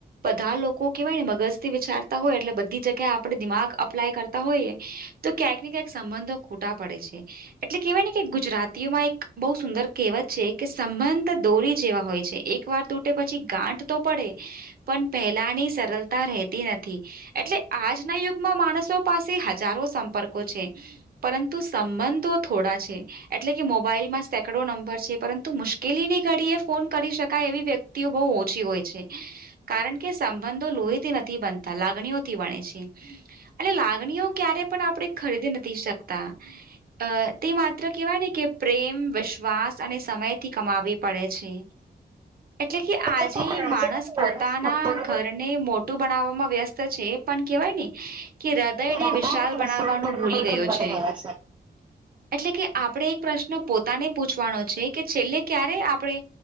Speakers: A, on the right (about 55°); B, on the right (about 25°).
A: બધા લોકો કેહેવાય ને મગજ થી વિચાર હોય એટલે બધી જગ્યા આપણે દિમાગ અપ્લાય કરતા હોઈએ તો ક્યાંક ને ક્યાંક સંબંધો ખોટા પડે છે એટલે કેહેવાય ને કે ગુજરાતીઓમાં એક બહુ સુંદર કહેવત છે કે સંબંધ દોરી જેવા હોય છે એક વાર તૂટે પછી ગાંઠ તો પડે પણ પહેલાની સરળતા રહેતી નથી એટલે આજના યુગમાં માણસો પાસે હજારો સંપર્કો છે પરંતુ સંબંધો થોડા છે એટલે કે મોબાઈલમાં સેંકડો નંબર છે પરંતુ મુશ્કેલીની ઘડી એ ફોન કરી શકાય એવી વ્યક્તિ બહુ ઓછી હોય છે કારણ કે સંબંધો લોહીથી નથી બનતા લાગણીઓથી બણે છે એટ લાગણીઓ ક્યારે પણ આપણે ખરીદી નથી શકતા અ તે માત્ર કહેવાય ને કે પ્રેમ વિશ્વાસ અને સમયથી કમાવી પડે છે એટલે કે આજ.
B: માણસ
A: આજે
B: પોતાના
A: માણસ
B: ઘરને
A: પોતાના
B: મોટું
A: ઘરને મોટું બનાવવામાં વ્યસ્ત છે પણ કેવાય ને કે હૃદયને
B: રાધાને
A: વિશાલ બનાવવાનો
B: વિશાળ બનાવવાનું
A: ભૂલી ગયો છે.
B: રહ્યો
A: એટલે કે આપણે એક પ્રશ્ન પોતાને પૂછવાનો છે કે છેલ્લે ક્યારે આપણે